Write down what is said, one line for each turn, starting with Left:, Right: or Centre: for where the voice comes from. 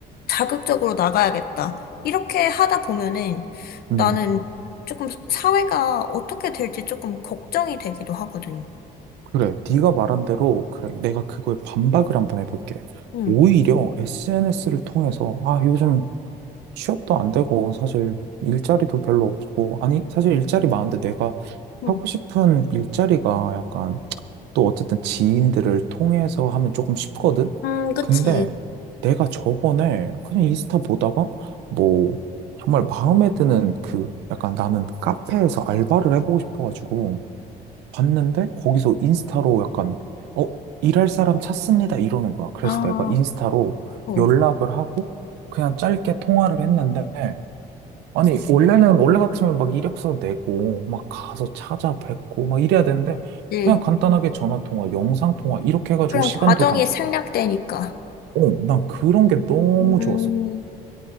Left: 자극적으로 나가야겠다. 이렇게 하다 보면은
Right: 음.
Left: 나는 조금 사회가 어떻게 될지 조금 걱정이 되기도 하거든.
Right: 그래. 네가 말한 대로 그래. 내가 그거에 반박을 한번 해볼게.
Left: 응,
Right: 오히려 SNS를 통해서 아, 요즘 취업도 안 되고 사실 일자리도 별로 없고 아니 사실 일자리 많은데 내가
Left: 응,
Right: 하고 싶은 일자리가 약간 또 어쨌든 지인들을 통해서 하면 조금 쉽거든.
Left: 음, 그치.
Right: 근데 내가 저번에 그냥 인스타 보다가 뭐 정말 마음에 드는 그 약간 나는 카페에서 알바를 해보고 싶어가지고 봤는데 거기서 인스타로 약간 어 일할 사람 찾습니다 이러는 거야. 그래서
Left: 아,
Right: 내가 인스타로
Left: 어,
Right: 연락을 하고 그냥 짧게 통화를 했는데 아니 원래는 원래 같으면 막 이력서 내고 막 가서 찾아뵙고 막 이래야 되는데
Left: 예.
Right: 그냥 간단하게 전화 통화, 영상 통화 이렇게 해가지고
Left: 그런
Right: 시간도
Left: 과정이
Right: 단축.
Left: 생략되니까.
Right: 어, 난 그런 게 너무
Left: 음,
Right: 좋았어.